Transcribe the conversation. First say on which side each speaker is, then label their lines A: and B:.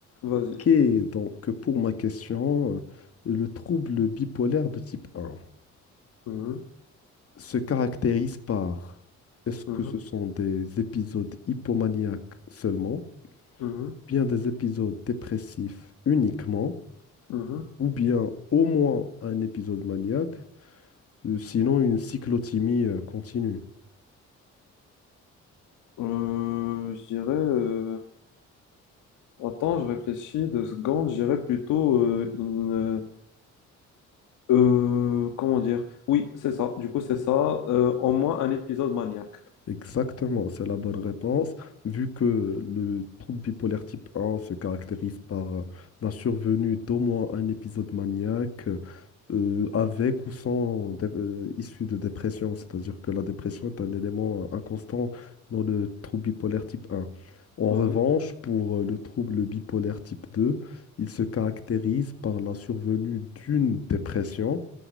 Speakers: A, on the left; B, on the left.
A: Vas-y.
B: Ok, donc pour ma question, euh, le trouble bipolaire de type 1
A: Mhm,
B: se caractérise par, est-ce
A: mhm,
B: que ce sont des épisodes hypomaniaques seulement,
A: mhm,
B: bien des épisodes dépressifs uniquement,
A: mhm.
B: ou bien au moins un épisode maniaque, euh, sinon une cyclothymie euh, continue?
A: Euh, je dirais... euh, Attends, je réfléchis deux secondes. Je dirais plutôt euh, une... euh, Euh, comment dire? Oui, c'est ça. Du coup, c'est ça. Euh, au moins un épisode maniaque.
B: Exactement, c'est la bonne réponse. Vu que le trouble bipolaire type 1 se caractérise par euh, la survenue d'au moins un épisode maniaque euh, avec ou sans dé- euh, issue de dépression, c'est-à-dire que la dépression est un élément euh, inconstant dans le trouble bipolaire type 1. En
A: Mhm.
B: revanche, pour euh, le trouble bipolaire type 2, il se caractérise par la survenue d'une dépression